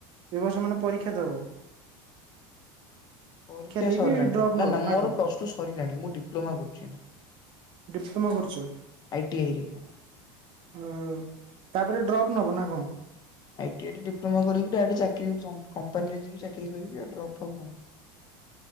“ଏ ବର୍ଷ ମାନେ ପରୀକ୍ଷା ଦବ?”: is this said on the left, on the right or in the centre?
Right